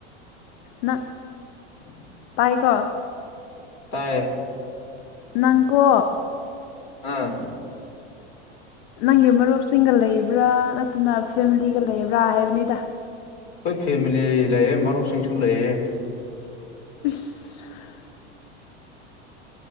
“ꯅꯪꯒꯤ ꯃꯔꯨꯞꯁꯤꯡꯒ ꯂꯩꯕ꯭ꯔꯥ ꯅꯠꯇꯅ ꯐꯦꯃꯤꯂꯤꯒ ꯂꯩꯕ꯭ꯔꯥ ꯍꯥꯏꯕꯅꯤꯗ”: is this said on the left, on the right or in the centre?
Left